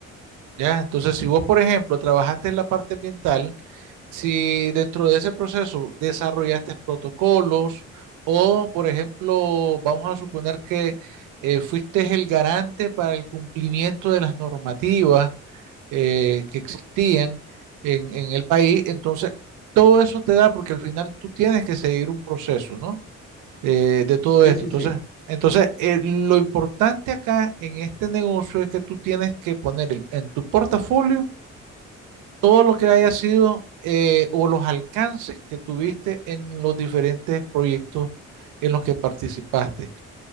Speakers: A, on the right; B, on the left.
A: ¿ya? Entonces, si vos, por ejemplo, trabajaste en la parte ambiental, si dentro de ese proceso desarrollaste protocolos o, por ejemplo, vamos a suponer que eh, fuiste el garante para el cumplimiento de las normativas eh, que existían en, en el país, entonces todo eso te da, porque al final tú tienes que seguir un proceso, ¿no? Eh, de todo
B: Sí,
A: esto.
B: sí,
A: Entonces,
B: sí.
A: entonces eh, lo importante acá en este negocio es que tú tienes que poner el- en tu portafolio todo lo que haya sido eh, o los alcances que tuviste en los diferentes proyectos en los que participaste.